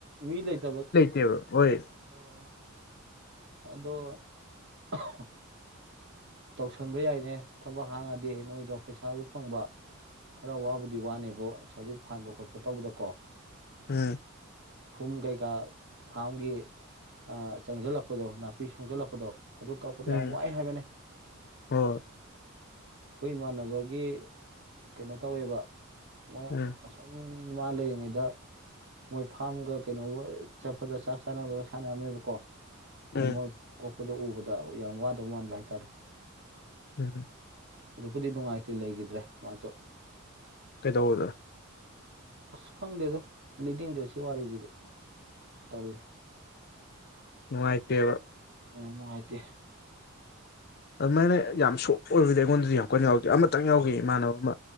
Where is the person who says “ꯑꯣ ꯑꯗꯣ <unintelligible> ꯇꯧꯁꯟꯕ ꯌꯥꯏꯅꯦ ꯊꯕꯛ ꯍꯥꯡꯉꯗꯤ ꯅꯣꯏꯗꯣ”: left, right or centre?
Right